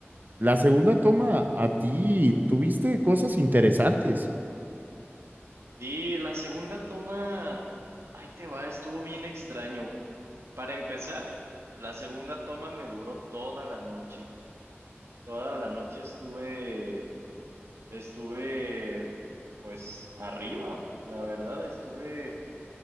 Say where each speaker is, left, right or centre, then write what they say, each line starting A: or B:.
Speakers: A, on the right; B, on the right.
A: la segunda toma a ti tuviste cosas interesantes.
B: Sí, la segunda toma, ahí te va, estuvo bien extraño. Para empezar, la segunda toma me duró toda la noche. Toda la noche estuve Estuve pues arriba, la verdad, estuve